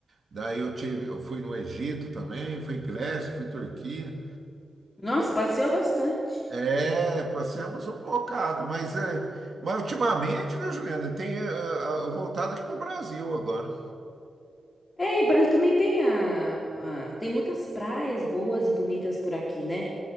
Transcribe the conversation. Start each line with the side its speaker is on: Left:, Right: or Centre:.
Right: daí eu tive, eu fui no Egito também, fui Grécia, fui Turquia,
Left: Nossa, passeou bastante.
Right: é, passamos um bocado, mas, é, mas ultimamente, viu, Juliana, tem é, é, voltado aqui para o Brasil agora.
Left: É, e parece que também tem a, a- tem muitas praias boas e bonitas por aqui, né?